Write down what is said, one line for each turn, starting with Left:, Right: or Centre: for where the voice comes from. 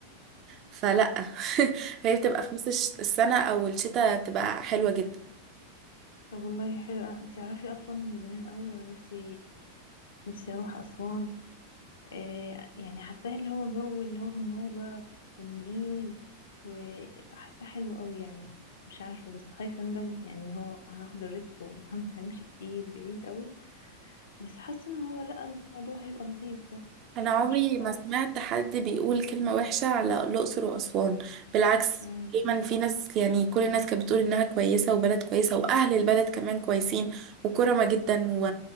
Right: فلا <laughs> هي بتبقى في نص الش- السنة او الشتاء بتبقى حلوة جدا
Left: طب والله حلو أنا- انتي عارفه اصلا من زمان قوي وانا نفسي نفسي اروح اسوان آه، يعني حاساه اللي هو جو اللي هو النوبة والنيل وحاساه حلو قوي يعني مش عارفة بس خايفة اندم يعني هو هاخد الريسك وهنمشي كتير بعيد قوي بس حاسة ان هو لا الموضوع هيبقى لطيف هو
Right: انا عمري
Left: هو مش
Right: ما
Left: فا
Right: سمعت حد بيقول كلمة وحشة على الاقصر واسوان بالعكس
Left: مم.
Right: دايما في ناس يعني كل الناس كانت بتقول انها كويسة وبلد كويسة واهل البلد كمان كويسين وكرمة جدا و